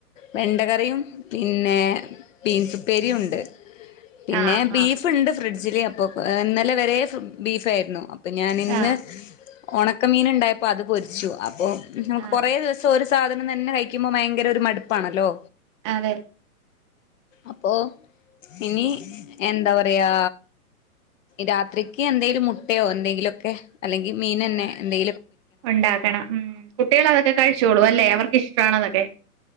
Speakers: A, on the left; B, on the right.
A: വെണ്ട കറിയു പിന്നെ ബിൻസ് ഉപ്പേരിയും ഉണ്ട് പിന്നെ
B: ആഹ്
A: ബീഫ്
B: ആഹ്
A: ഉണ്ട് ഫ്രിഡ്ജില് ഒഹ് ഇന്നലെ വരെയും സു ബീഫ് ആയിരുന്നു ഞാൻ ഇന്ന്
B: ആഹ്
A: ഉണക്ക മിന് ഉണ്ടായിപ്പോ അത് പെരിച്ചു അപ്പോ ഞാൻ
B: ആഹ്
A: കുറെ ദിവസം ഒ ഒരേ സാധനം തന്നെ കഴിക്കുമ്പോ ഭയങ്കര ഒരു മടുപ്പ് ആണല്ലോ
B: അതെ
A: അപ്പോ ഇനി എന്താ പറയാ രാത്രിക്ക് എന്തേലും മുട്ടയോ എന്തെങ്കിലു ഒക്കെയോ അല്ലെങ്കിൽ മീൻ തന്നെ എന്തെ
B: ഉണ്ടാക്കണം ഉം കുട്ടികൾ അതൊക്കെ കഴിച്ചോളു അല്ലേ അവർക്ക് ഇഷ്ടമാണോ അതൊക്കെ